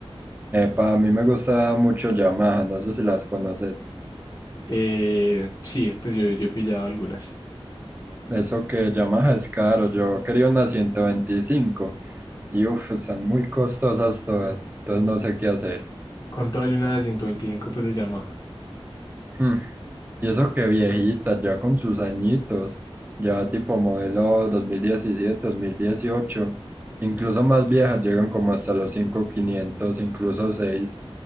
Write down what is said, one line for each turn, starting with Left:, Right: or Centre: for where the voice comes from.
Right: para mí me gusta mucho Yamaha, no sé si las conoces.
Left: eh, sí, pues yo, yo he pillado algunas.
Right: Eso que Yamaha es caro, yo quería una 125. y uff, están muy costosas todas, entonces no sé qué hacer.
Left: Con todo el una de 125 pues de Yamaha.
Right: Hmm, Y eso que viejita, ya con sus añitos, ya tipo modelo dos dos mil diecisiete dos mil dieciocho incluso más viejas llegan como hasta los 5.500 incluso seis